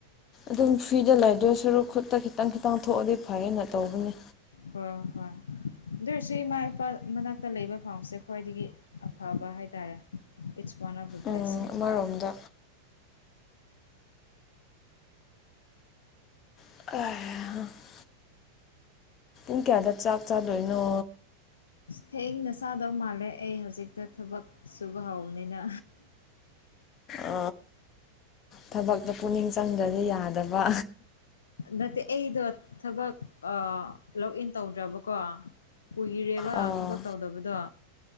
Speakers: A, on the left (about 30°); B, on the left (about 70°).
A: ꯑꯗꯨꯝ ꯐ꯭ꯔꯤꯗ ꯂꯩꯗꯣꯏ ꯁꯔꯨꯛ ꯈꯨꯠꯇ ꯈꯤꯇꯪ ꯈꯤꯇꯪ ꯊꯣꯛꯑꯗꯤ ꯐꯩꯌꯦꯅ ꯇꯧꯕꯅꯤ
B: ꯍꯣꯏ ꯍꯣꯏ ꯑꯗꯨ ꯑꯣꯏꯔꯁꯨ ꯏꯃꯥ ꯏꯄꯥ ꯃꯅꯥꯛꯇ ꯂꯩꯕ ꯐꯪꯕꯁꯦ ꯈ꯭ꯋꯥꯏꯗꯒꯤ ꯑꯐꯕ ꯍꯥꯏꯇꯥꯔꯦ ꯏꯠꯁ ꯋꯥꯟ ꯑꯣꯐ ꯗꯕ꯭ꯂꯦꯁꯁꯤꯡ
A: ꯎꯝ ꯑꯃꯔꯣꯝꯗ ꯑꯩ ꯍꯥ ꯏ ꯀꯌꯥꯗ ꯆꯥꯛ ꯆꯥꯗꯣꯏꯅꯣ
B: ꯊꯦꯡꯅ ꯆꯥꯗꯧ ꯃꯥꯜꯂꯦ ꯑꯩ ꯍꯧꯖꯤꯛꯇ ꯊꯕꯛ ꯁꯨꯕ ꯍꯧꯕꯅꯤꯅ
A: ꯑ ꯊꯕꯛꯇ ꯄꯨꯛꯅꯤꯡ ꯆꯪꯗꯗꯤ ꯌꯥꯗꯕ
B: ꯅꯠꯇꯦ ꯑꯩꯗꯣ ꯊꯕꯛ ꯂꯣꯛ ꯏꯟ ꯇꯧꯗ꯭ꯔꯕꯀꯣ ꯀꯨꯏꯔꯦꯕ
A: ꯑꯣ ꯑꯣ
B: ꯊꯕꯛ ꯇꯧꯗꯕꯗꯣ